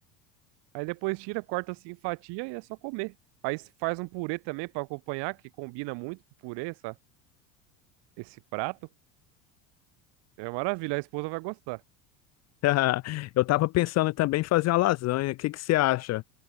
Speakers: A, on the right (about 60°); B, on the left (about 35°).
A: Aí depois tira, corta assim em fatia e é só comer. Aí se faz um purê também pra acompanhar, que combina muito com o purê, essa, esse prato. É uma maravilha, a esposa vai gostar.
B: <laughs> Eu tava pensando também em fazer uma lasanha. O que que você acha?